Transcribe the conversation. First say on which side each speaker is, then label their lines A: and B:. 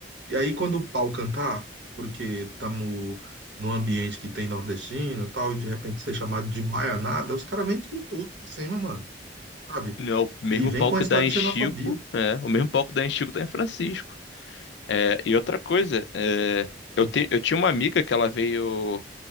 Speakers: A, on the right; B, on the left.
A: E aí, quando o pau cantar, porque estamos num ambiente que tem nordestino e tal, e de repente ser chamado de baianada, os caras vêm com tudo pra cima, mano, sabe?
B: É o mesmo
A: E vem
B: pau
A: com
B: que
A: a história
B: dá em
A: de
B: Chico,
A: xenofobia.
B: é, o mesmo pau que dá em Chico dá em Francisco. É, e outra coisa, é,
A: Hum,
B: eu, te- eu tinha uma amiga que ela veio.